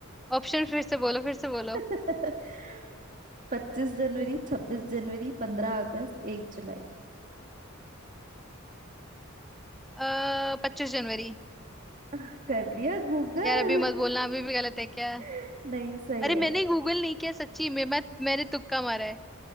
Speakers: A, in the centre; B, on the right.
A: ऑप्शन फिर से बोलो फिर से बोलो
B: <laughs> पच्चीस जनवरी छब्बीस जनवरी पंद्रह अगस्त एक जुलाई
A: अः पच्चीस जनवरी
B: आह, कर लिया गूगल
A: यार अभी मत बोलना अभी भी गलत है क्या
B: <laughs> नहीं सही
A: अरे
B: है
A: मैंने गूगल नहीं किया सच्ची में मैं मैंने तुक्का मारा है